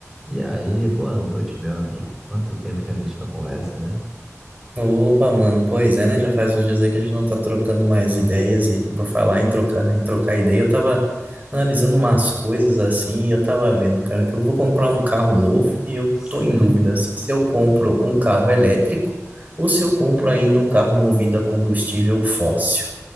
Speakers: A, in the centre; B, on the right (about 30°).
A: E aí, boa noite, meu amigo. Quanto tempo que a gente não conversa, né?
B: Opa, mano, pois é, né? Já faz uns dias aí que a gente não tá trocando mais ideias e
A: Hum.
B: por falar em trocar, em trocar ideia, eu tava analisando umas coisas assim e eu tava vendo, cara, que eu vou comprar um carro novo e eu tô
A: Cê...
B: em dúvida assim, se eu compro um carro elétrico ou se eu compro ainda um carro movido a combustível fóssil.